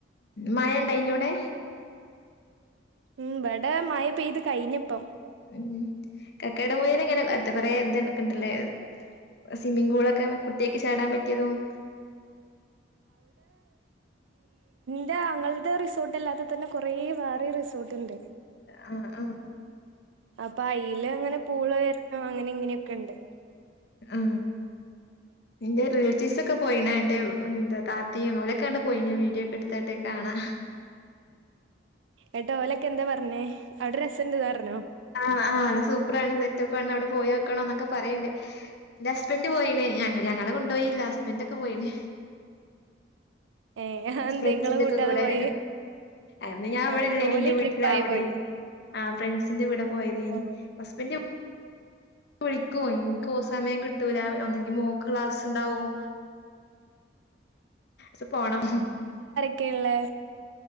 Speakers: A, on the left; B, on the right.
A: മഴ കൈഞ്ഞോ ടെ
B: ഉം ഇവിടെ മഴ പെയ്ത് കഴഞ്ഞി പ്പം
A: ഉം കക്കടെ <unintelligible> ഇങ്ങനെ ക്കാ ത്ത് കൊറെ ഇത് ണ്ട് <unintelligible> സ്കൂളൊക്കെ കുട്ടിയോക്ക് ചാ ടാൻ പറ്റി യതും
B: <unintelligible> ഞങ്ങൾ ടെ റിസോർട്ട് അല്ലാതെ തന്നെ കുറെ വേറീം റിസോർട്ടു ണ്ട്
A: ആ ആ
B: അപ്പയിലങ്ങനെ പൂള് ആ അങ്ങനീം ഇങ്ങനീം യൊക്കെ ണ്ട്
A: ആ എന്റെ റിലേറ്റീവ്സ് ഒക്കെ പോയിണെ എന്റെവ് <unintelligible> താത്തീം ഓ ലൊക്കെങ്‌ട് പോയി നു വീഡിയോ ഒക്കെട് ത്തി ട്ട് കാണാ
B: എട്ടാ ഓലൊക്കെ എന്താ പർ ഞ്ഞേ അവിടെ രസംണ്ട് പർ ഞ്ഞോ
A: ആഹ് അന സൂപ്പർ ആണ് സെറ്റപ്പാ ണ് അവിടെ പോയോ ക്ക് ക്കണം ന്നൊക്കെ പറീണ്ട് ന്റെ ഹസ്ബന്റ് പോയിണ് ഞൻ ഞങ്ങളെ കൊണ്ടോയില്ല ഹസ്ബൻറ് ക്കെ പോയിണ്
B: ഏ അതെന്തേ
A: എ ഫ്രചിന്റെ
B: ഇങ്ങളെ കൂട്ടാതെ
A: ക്കെ കൂടെ
B: പോയേ
A: അന്ന് ഞാൻ
B: ആ
A: വിടെല്ലേനി
B: ഓല്
A: ന്റെ
B: ട്രിപ്പായി
A: വീട്ടില അവിടെനി
B: പോയി
A: ആ് ഫ്രണ്ട്സിന്റെ വിട പോയതേനി
B: ഓ
A: ഹസ്ബന്റ് ഉ വിളിക്കുവോ, എനിക്കോ സമയം കിട്ടൂല ഒന്നെങ്കി മോൾക്ക് ക്ലാസ്സുണ്ടാവും. ച് പോണം
B: ക്കെയുള്ളേ